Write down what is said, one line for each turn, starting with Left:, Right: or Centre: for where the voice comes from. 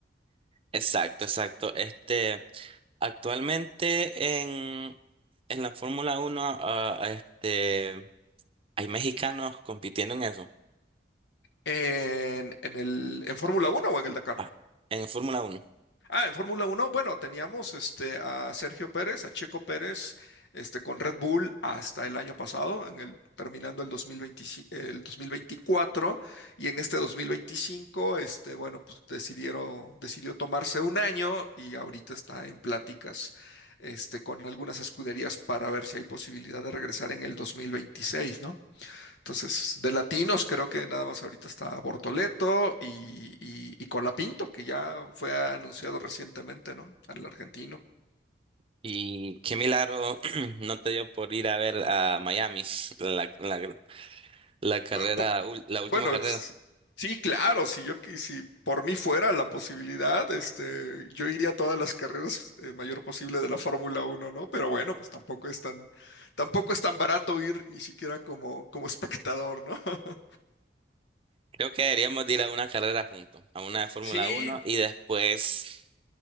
Right: Exacto, exacto. Este, actualmente en, en la Fórmula Uno, ah, ah, este, hay mexicanos compitiendo en eso,
Left: En, en el, en Fórmula Uno o en el Dakar.
Right: ah, en Fórmula Uno.
Left: Ah, en Fórmula Uno, bueno, teníamos este, a Sergio Pérez, a Checo Pérez, este, con Red Bull hasta el año pasado, en el, terminando el 2025 el 2024, y en este 2025, este, bueno, pues decidieron, decidió tomarse un año y ahorita está en pláticas este, con algunas escuderías para ver si hay posibilidad de regresar en el 2026, ¿no? Entonces, de latinos creo que nada más ahorita está Bortoleto y, y, y Colapinto, que ya fue anunciado recientemente, ¿no? Al argentino.
Right: Y qué milagro <clears throat> no te dio por ir a ver a Miami, <laughs> la, la, la carrera,
Left: Po-
Right: ul- la última
Left: Bueno,
Right: carrera.
Left: s- sí, claro, si yo qui- si por mí fuera la posibilidad, este, yo iría a todas las carreras eh, mayor posible de la Fórmula Uno ¿no? Pero bueno, pues tampoco es tan, tampoco es tan barato ir ni siquiera como, como espectador, ¿no? <laughs>
Right: Creo que deberíamos de ir a una carrera juntos, a una de Fórmula
Left: Sí,
Right: Uno, y después